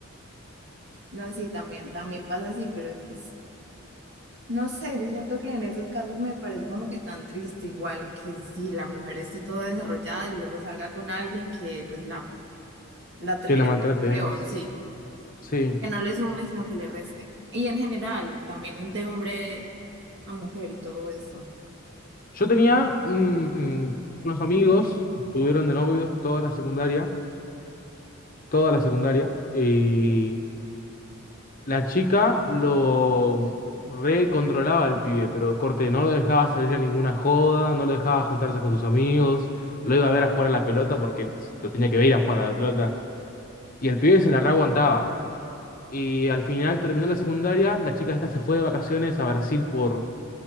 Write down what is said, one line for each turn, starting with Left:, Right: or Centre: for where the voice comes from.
Right: No, sí, también, también pasa así, pero pues No sé, yo siento que en esos casos me parece como que tan triste, igual que si la mujer esté toda desarrollada y luego salga con alguien que pues la, la termine
Left: Que la maltrates.
Right: poniendo peor, sí,
Left: Sí.
Right: que no le sume, sino que le reste. Y en general, también de hombre a mujer y todo eso.
Left: Yo tenía un- unos amigos, estuvieron de novios toda la secundaria. Toda la secundaria. Y. La chica lo recontrolaba al pibe, pero corte, no lo dejaba salir a ninguna joda, no lo dejaba juntarse con sus amigos, lo iba a ver a jugar a la pelota porque lo tenía que ver ir a jugar a la pelota. Y el pibe se la reaguantaba. Y al final terminó la secundaria, la chica esta se fue de vacaciones a Brasil por